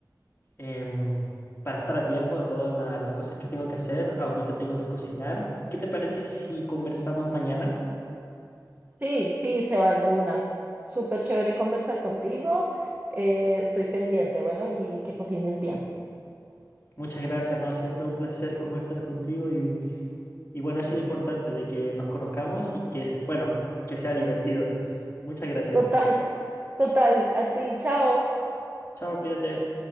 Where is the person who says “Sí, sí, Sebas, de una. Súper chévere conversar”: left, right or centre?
Right